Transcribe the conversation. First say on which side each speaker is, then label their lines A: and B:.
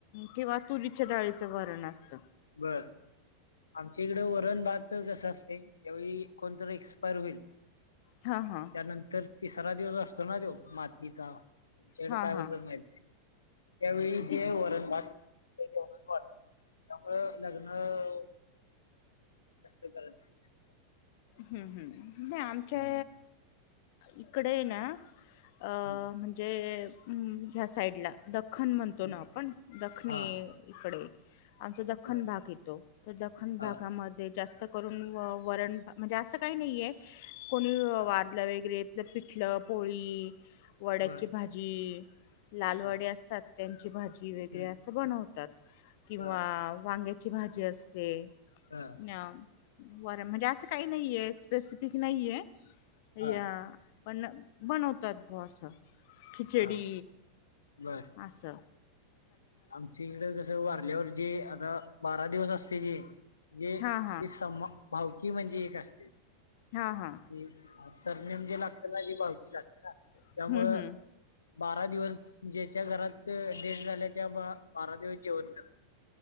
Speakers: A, on the left; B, on the left.
A: किंवा तुरीच्या डाळीचं वरण असत.
B: बर आमच्या इकडे वरण भात कसं अस ज्यावेळी कोणतरी एक्सपायर होईल त्यानंतर
A: हां, हां.
B: तिसरा दिवस असतो ना त्यो मातीचा, तुमच्याकडे
A: हां,
B: काय
A: हां.
B: बोलतात माहित नई. त्यावेळी
A: तीच
B: ते वरण भात ते जेवणात वाढता त्यामुंळ लग्न वगैरे जास्त करत
A: हम्म हम् नाय आमच्या
B: नाही हम्म,
A: इकडे ना अ
B: हम्म.
A: म्हणजे ह्या साईडला खन म्हणतो
B: हम्म.
A: ना आपण दखणे
B: हा हा
A: इकडे आमचा दख्खन
B: बर
A: भाग येतो. तर दखन भागामध्ये
B: हा
A: जास्त करून वरण म्हणजे असं काय नाईये कोणी
B: हा
A: वारलं वगैरे त पिठलं, पोळी वड्याची
B: बर
A: भाजी, लाल वडे
B: हा
A: असतात त्यां ची भाजी वगैरे
B: हम्म
A: अस बनवतात. किंवा
B: बर
A: वांग्याची भाजी असते
B: हा
A: अ वर म्हणजे असं काइ नाइये स्पेसिफिक नाइये.
B: हा
A: या पण बनवतात भो अस. खिचडी
B: हा बर
A: अस.
B: आमच्या इकड कस वारल्यावरजे आता बारा दिवस असतय जे जे
A: हा हा
B: सम भावकी म्हणजे एक असतय
A: हा हा
B: कि सरनेम जे लागते ना ती भावकी लागते ना. त्यामुळं
A: हम्म हम्म
B: बारा दिवस ज्याच्या घरात डेड झाल्या त्या बारा दिवस जेवण करत नाइ